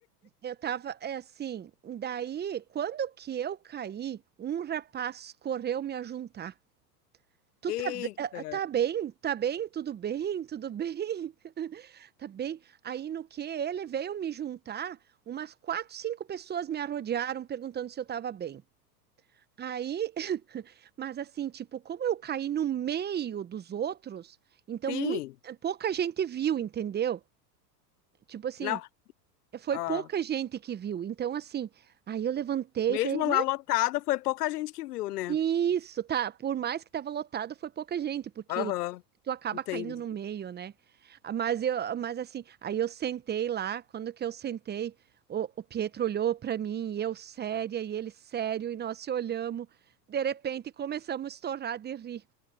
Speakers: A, on the right; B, on the left.
A: Eu tava é, assim, daí, quando que eu caí, um rapaz correu me ajuntar. Tu
B: Eita.
A: tá, be- ah, tá bem? Tá bem? Tudo bem? Tudo bem? <laughs> Tá bem? Aí no que ele veio me juntar, umas quatro, cinco pessoas me arrodearam perguntando se eu tava bem. Aí, <laughs> mas assim, tipo, como eu caí no meio dos outros, então
B: Sim.
A: muito, pouca gente viu, entendeu? Tipo assim,
B: Não,
A: foi
B: Ah,
A: pouca gente que viu. Então, assim, aí eu levantei
B: mesmo
A: e falei,
B: lá lotada, foi pouca gente que viu, né?
A: Isso, tá. Por mais que tava lotado, foi pouca gente, porque
B: aham.
A: tu acaba
B: Entendi.
A: caindo no meio, né? Ah, Mas eu, mas assim, aí eu sentei lá, quando que eu sentei, o, o Pietro olhou pra mim, e eu séria, e ele sério, e nós se olhamos. De repente começamos a estourar de rir.